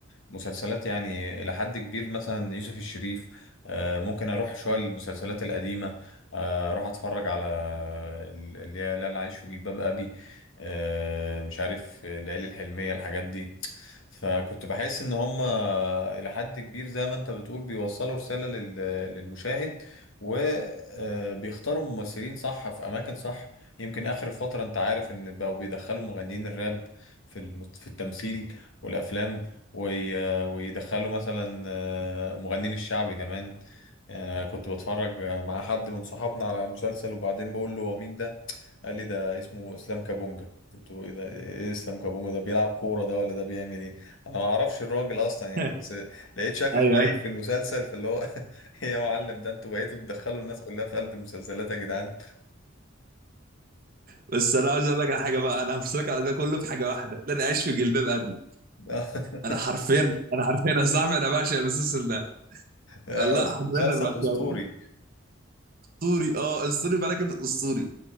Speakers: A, on the left; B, on the right.
A: مسلسلات يعني إلى حد كبير مثلا يوسف الشريف آه، ممكن أروح شوية للمسلسلات القديمة آه، أروح أتفرج على ال- اللي هي اللي أنا عايش في جلباب أبي آه، مش عارف آه، ليالي الحلمية الحاجات دي فكنت بحس إن هم إلى حد كبير زي ما أنت بتقول بيوصلوا رسالة لل- للمشاهد وبيختاروا ممثلين صح في أماكن صح يمكن آخر فترة أنت عارف إن بقوا بيدخلوا مغنيين الراب في المت- في التمثيل والأفلام ويدخلوا مثلا آه، مغنين الشعبي كمان آه، كنت بتفرج آه، مع حد من صحابنا على مسلسل وبعدين بقول له هو مين ده قال لي ده اسمه اسلام كابونجا قلت له ايه ده ايه اسلام كابونجا ده بيلعب كورة ده ولا ده بيعمل ايه انا ما اعرفش الراجل اصلا يعني
B: <laughs>
A: بس لقيت شكله
B: ايوه
A: غريب
B: ايوه
A: في المسلسل فاللي هو <laughs> إيه يا معلم ده انتوا بقيتوا تدخلوا الناس كلها في قلب المسلسلات يا جدعان
B: بس انا عاوز اقول لك على حاجه بقى انا همسك على ده كله في حاجه واحده ده انا عايش في جلباب ابي
A: <laughs>
B: انا حرفيا انا حرفيا يا صاحبي انا بعشق المسلسل ده
A: آه،
B: والله حرفيا
A: مسلسل
B: انا بحكي
A: اسطوري
B: اسطوري اه اسطوري بقى كده اسطوري